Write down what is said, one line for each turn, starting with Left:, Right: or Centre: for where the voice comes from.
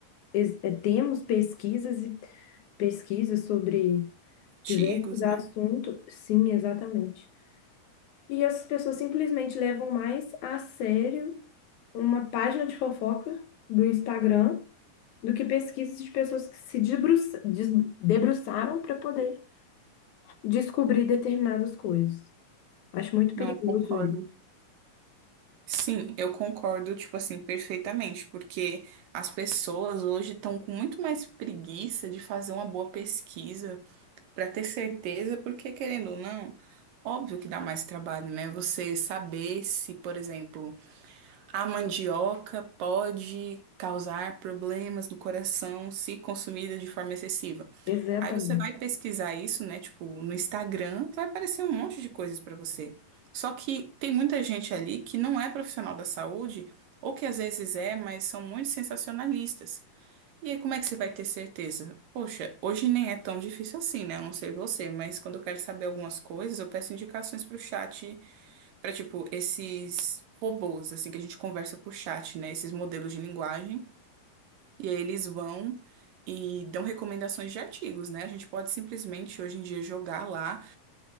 Left: ex- eh, temos pesquisas e pesquisas sobre diversos
Right: Antigos, né?
Left: assuntos. Sim, exatamente. E as pessoas simplesmente levam mais a sério uma página de fofoca do Instagram do que pesquisas de pessoas que se debruça- des- debruçaram para poder descobrir determinadas coisas. Acho muito
Right: Não,
Left: perigoso
Right: eu concordo
Left: isso.
Right: Sim, eu concordo, tipo assim, perfeitamente, porque as pessoas hoje estão com muito mais preguiça de fazer uma boa pesquisa para ter certeza, porque querendo ou não, óbvio que dá mais trabalho, né? Você saber se, por exemplo, a mandioca pode causar problemas no coração se consumida de forma excessiva.
Left: Exatamente,
Right: Aí você vai pesquisar isso, né? Tipo, no Instagram, vai aparecer um monte de coisas pra você. Só que tem muita gente ali que não é profissional da saúde, ou que às vezes é, mas são muito sensacionalistas. E aí, como é que você vai ter certeza? Poxa, hoje nem é tão difícil assim, né? Eu não sei você, mas quando eu quero saber algumas coisas, eu peço indicações pro chat, pra tipo, esses robôs, assim, que a gente conversa por chat, né? Esses modelos de linguagem. E aí eles vão e dão recomendações de artigos, né? A gente pode simplesmente hoje em dia jogar lá.